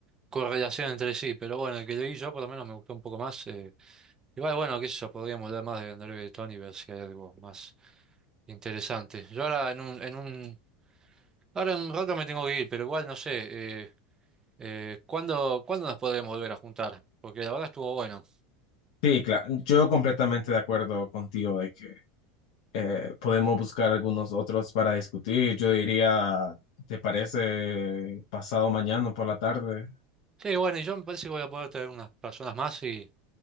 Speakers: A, on the right; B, on the left.
A: correlación entre sí, pero bueno, el que leí yo por lo menos me gustó un poco más. eh, igual, bueno, qué sé yo, podríamos hablar más de André Breton y ver si hay algo más interesante. Yo ahora en un, en un, ahora en un rato me tengo que ir, pero igual no sé, eh, eh, ¿cuándo, cuándo nos podremos volver a juntar? Porque la verdad estuvo bueno.
B: Sí, claro, yo completamente de acuerdo contigo de que eh, podemos buscar algunos otros para discutir. Yo diría, ¿te parece pasado mañana por la tarde?
A: Sí, bueno, y yo me parece que voy a poder traer unas personas más y,